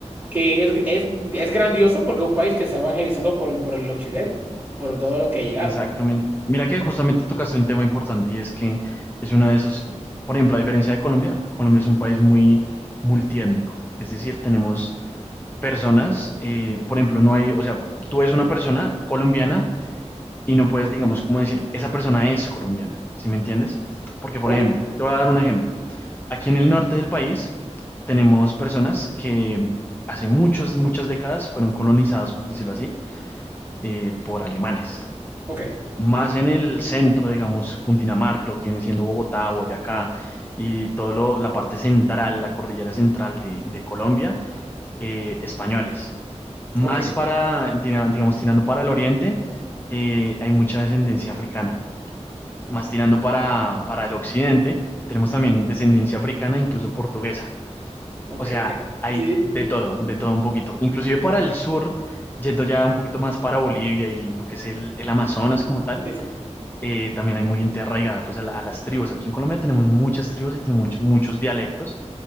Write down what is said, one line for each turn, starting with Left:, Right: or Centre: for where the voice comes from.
Right: que es, es, es grandioso porque es un país que se ha evangelizado por el, por el occidente por todo lo que ha llegado
Left: Exacto. men. Mira que justamente tocaste un tema importante y es que es uno de esos, por ejemplo, a diferencia de Colombia, Colombia es
Right: Ujú.
Left: un país muy multiétnico. Es decir, tenemos personas, eh, por ejemplo, no hay, o sea, tú ves una persona colombiana y no puedes, digamos, como decir, esa persona es colombiana, ¿sí me entiendes? Porque, por
Right: ok
Left: ejemplo, te voy a dar un ejemplo. Aquí en el norte del país tenemos personas que hace muchas, muchas décadas fueron colonizadas, por decirlo así, eh, por alemanes.
Right: ok
Left: Más en el centro, digamos, Cundinamarca, lo que viene siendo Bogotá, Boyacá y toda la parte central, la cordillera central de, de Colombia, eh, españoles. Más
Right: ok ok
Left: para, tira- digamos, tirando para el oriente, eh, hay mucha descendencia africana. Más tirando para, para el occidente, tenemos también descendencia africana, incluso portuguesa.
Right: ok
Left: O sea,
Right: ok
Left: hay
Right: sí
Left: de todo, de todo un poquito. Inclusive para el sur, yendo ya un poquito más para Bolivia y lo que es el, el Amazonas como tal,
Right: sí sí,
Left: eh, también hay muy gente arraigada pues a, la- a las tribus. Aquí en Colombia tenemos muchas tribus y tenemos muchos, muchos dialectos,